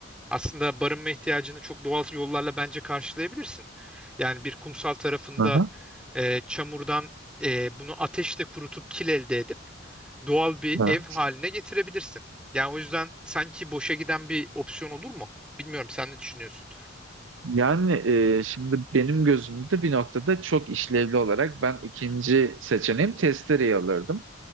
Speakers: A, in the centre; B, on the right (about 75°).
A: aslında barınma ihtiyacını çok doğal yollarla bence karşılayabilirsin. Yani bir kumsal tarafında
B: Aha,
A: e, çamurdan e, bunu ateşle kurutup kil elde edip doğal bir
B: aha.
A: ev haline getirebilirsin. Yani o yüzden sanki boşa giden bir opsiyon olur mu? Bilmiyorum sen ne düşünüyorsun?
B: Yani e, şimdi benim gözümde bir noktada çok işlevli olarak ben ikinci seçeneğim testereyi alırdım.